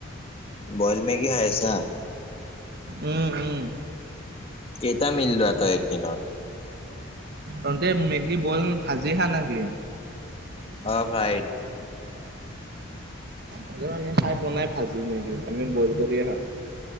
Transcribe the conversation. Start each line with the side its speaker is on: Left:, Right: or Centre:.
Left: বইল মেগি খাই আছা।
Right: উম উম।
Left: কেইটা মিললোৱা তই একদিনত?
Right: তহতে মেগী বইল ভাজি হা নেকি?
Left: অ ফ্ৰাই।
Right: আজিলৈকে খাই পোৱা নাই ভাজি মেগি আমি বইল কৰিয়ে খাওঁ।